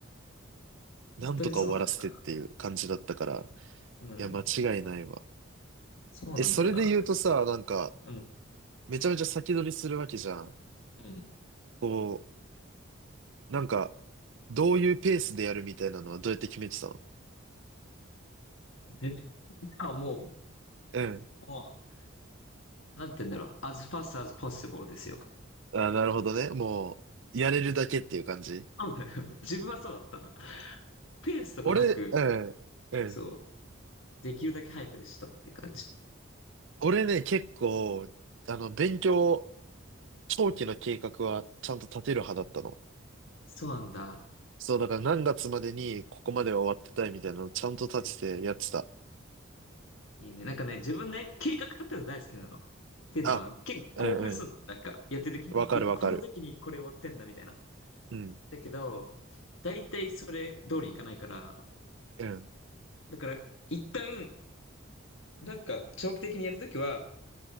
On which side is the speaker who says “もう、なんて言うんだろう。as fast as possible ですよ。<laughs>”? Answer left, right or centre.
Left